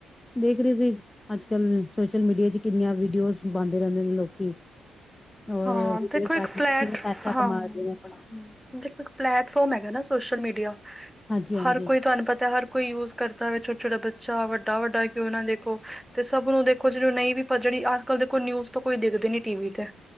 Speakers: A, on the left (about 20°); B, in the centre.
A: ਦੇਖ ਰੇ ਸੀ, ਅੱਜ-ਕੱਲ ਸੋਸ਼ਲ ਮੀਡੀਆ ਵਿੱਚ ਕਿੰਨੀਆਂ ਵੀਡੀਓਜ਼ ਪਾਂਦੇ ਰਹਿੰਦੇ ਨੇ ਲੋਕੀ। ਔਰ
B: ਹਾਂ,
A: ਵੀਡੀਓ
B: ਦੇਖੋ ਇੱਕ
A: ਰਾਹੀਂ
B: ਫਲੈਟ,
A: ਕਿਵੇਂ ਪੈਸਾ
B: ਹਾਂ
A: ਕਮਾ
B: ਹੂੰ।
A: ਰਹੇ ਨੇ ਆਪਣਾ,
B: ਦੇਖੋ, ਇੱਕ ਪਲੇੈਟਫਾਰਮ ਹੈਗਾ ਨਾ ਸੋਸ਼ਲ ਮੀਡੀਆ।
A: ਹਾਂਜੀ-ਹਾਂਜੀ,
B: ਹਰ ਕੋਈ, ਤੁਹਾਨੂੰ ਪਤਾ ਹਰ ਕੋਈ ਯੂਜ। ਕਰਦਾ ਵੇ ਛੋਟਾ - ਛੋਟਾ ਬੱਚਾ, ਵੱਡਾ-ਵੱਡਾ ਕਿਉਂ ਨਾ ਦੇਖੋ ਤੇ ਸਭ ਨੂੰ ਦੇਖੋ, ਜਿਹਨੂੰ ਨਹੀਂ ਵੀ। ਪਰ! ਜਿਹੜੀ ਆਜ-ਕੱਲ ਦੇਖੋ ਨਿਊਜ਼ ਤੋਂ ਕੋਈ ਦੇਖਦੇ ਨੀ ਟੀਵੀ ਤੇ।